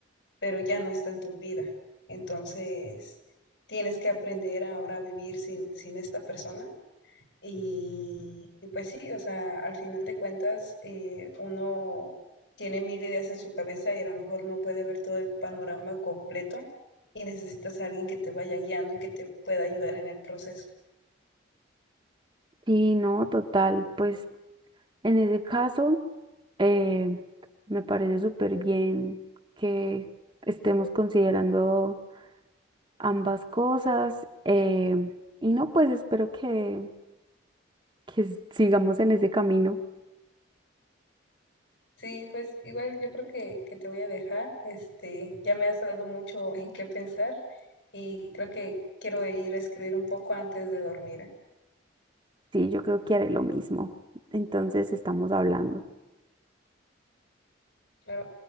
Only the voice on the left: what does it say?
pero ya no está en tu vida. Entonces, tienes que aprender ahora a vivir sin, sin esta persona. Y, y pues sí, o sea, al final de cuentas, eh, uno tiene mil ideas en su cabeza y a lo mejor no puede ver todo el panorama completo y necesitas a alguien que te vaya guiando y que te pueda ayudar en el proceso.
Sí, pues igual yo creo que, que te voy a dejar. Este, ya me has dado mucho <laughs> en qué pensar y creo que quiero ir a escribir un poco antes de dormir. ¿eh?
Claro.